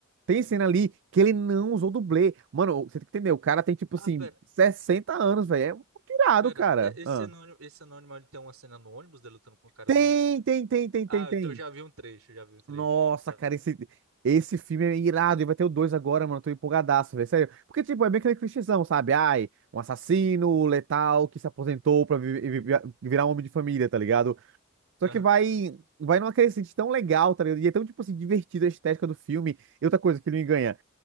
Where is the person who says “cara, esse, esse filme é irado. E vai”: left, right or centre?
Right